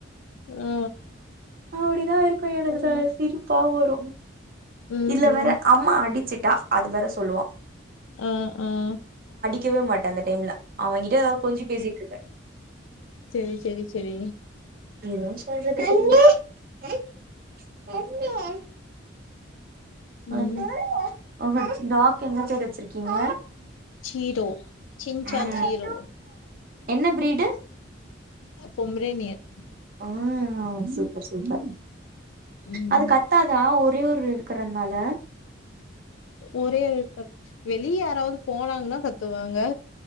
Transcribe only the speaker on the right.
அப்டிதா இருக்கு எனக்கு
செம சிரிப்பா வரு
இது வேற அம்மா அடிச்சுட்டா அது வேற சொல்லுவா
கவே மாட்ட அந்த டைம்ல அவன் கிட்ட எதா கொஞ்சி பேசிட்ருப்பே
எதுவு <inaudible>
அ உங்க டாக்கென்ன பேரு வச்சிருக்கீங்க
ம்
என்ன ப்ரீடு
ம் சூப்பர் சூப்பர்
அது கத்தாதா ஒர் ரே ஒரு இருக்கிறனால